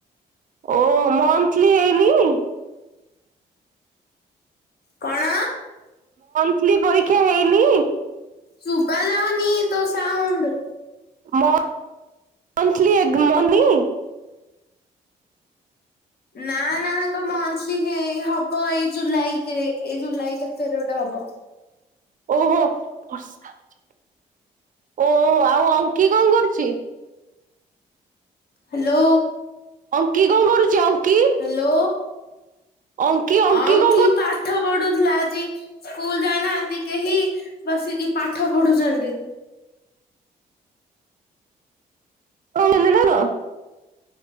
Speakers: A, on the right (about 45°); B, on the left (about 55°).
A: ଓ ମନ୍ଥିଲି ହେଇନି?
B: କଣ?
A: ନ୍ତିଲୀ ପରୀକ୍ଷା ହେଇନି?
B: ସୁଭା ଯାଉନି ତୋ ସାଉଣ୍ଡ।
A: ମ ମନ୍ଥଲି ଏଗ ମନି।
B: ନା ନା ତାଙ୍କ ମନ୍ଥଲି ହେ ହବ ଏଇ ଜୁଲାଇରେ ଏଇ ଜୁଲାଇ କେତେରେ ଗୋଟେ ହବ। ହବ।
A: ଓହୋ ବର୍ଷା ହଉଚି। ଓହୋ ଆଉ ଅଙ୍କି କଣ କରୁଛି?
B: ହ୍ୟାଲୋ।
A: ଅଙ୍କି କଣ କରୁଛି? ଅଙ୍କି
B: ହ୍ୟାଲୋ।
A: ଅଙ୍କି
B: ଅଙ୍କି
A: କଣ
B: ପାଠ ପଢୁଥିଲା ଆଜି। ସ୍କୁଲ୍ ଯାଇନାହାନ୍ତି କେହି ବସିକି ପାଠ ପଢୁଛନ୍ତି।
A: ଓହୋ ଏ ମିନାର।